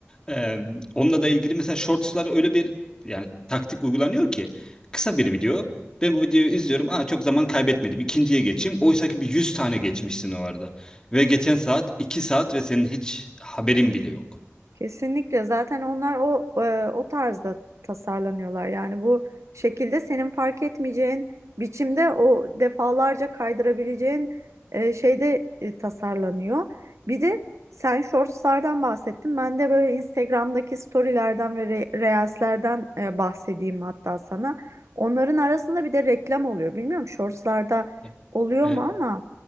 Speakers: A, on the left; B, on the right.
A: Ee, onunla da ilgili mesela shortslar öyle bir yani taktik uygulanıyor ki kısa bir video. Ben bu videoyu izliyorum. Aa çok zaman kaybetmedim. İkinciye geçeyim. Oysa ki bir 100 tane geçmişsin o arada. Ve geçen saat 2 saat ve senin hiç haberin bile yok.
B: Kesinlikle zaten onlar o e, o tarzda tasarlanıyorlar. Yani bu şekilde senin fark etmeyeceğin biçimde o defalarca kaydırabileceğin e, şeyde e, tasarlanıyor. Bir de sen shortslardan bahsettin. Ben de böyle Instagram'daki storylerden ve re- reelslerden e, bahsedeyim hatta sana. Onların arasında bir de reklam oluyor. Bilmiyorum shortslarda
A: E,
B: oluyor mu
A: e,
B: ama.